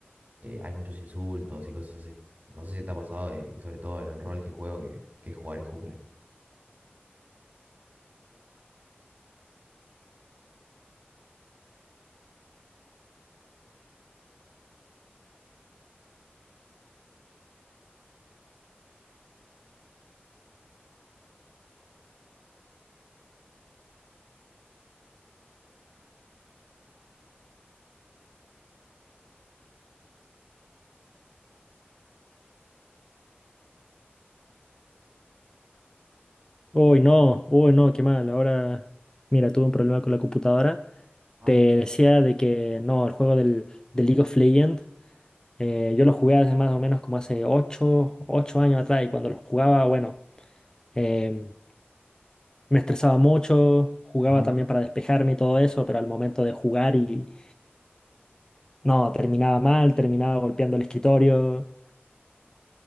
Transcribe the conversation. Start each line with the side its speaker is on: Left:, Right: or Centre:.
Right: eh, hay muchos insultos y cosas así. No sé si te ha pasado y, y sobre todo en el rol que juego, que, que jugar es jungla.
Left: Uy, no, uy, no, qué mal. Ahora, mira, tuve un problema con la computadora.
Right: Ajá,
Left: Te decía de que no, el juego del, del League of Legends, eh, yo lo jugué hace más o menos como hace ocho ocho años atrás y cuando lo jugaba, bueno. em, Me estresaba mucho, jugaba
Right: ajá.
Left: también para despejarme y todo eso, pero al momento de jugar y no, terminaba mal, terminaba golpeando el escritorio.